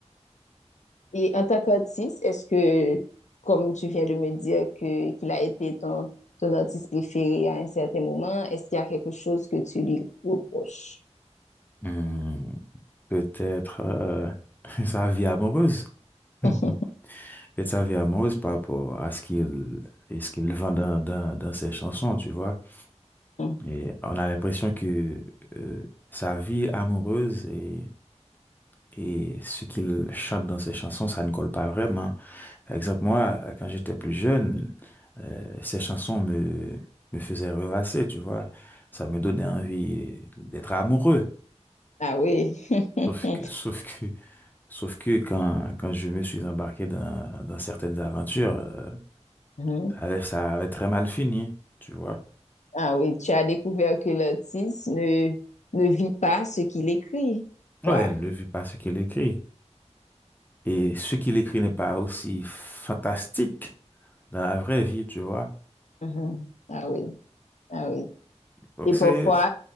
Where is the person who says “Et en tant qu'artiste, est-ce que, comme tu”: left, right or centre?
Left